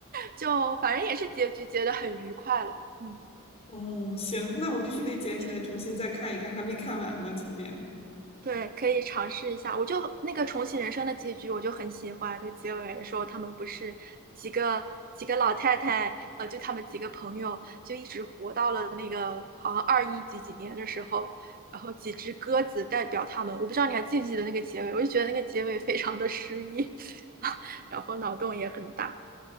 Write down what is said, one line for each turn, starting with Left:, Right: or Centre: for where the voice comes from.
Right: 就反正也是结局结得很愉快了。嗯，
Left: 哦，行，那我必须得捡起来重新再看一看，
Right: 对。
Left: 还没看完呢，前边。
Right: 对，可以尝试一下。我就那个重启人生的结局，我就很喜欢。就结尾的时候，他们不是几个几个老太太，呃，就他们几个朋友，就一直活到了那个好像二一几几年的时候，然后几只鸽子代表他们。我不知道你还记不记得那个结尾，我就觉得那个结尾非常的诗意，<laughs> 然后脑洞也很大。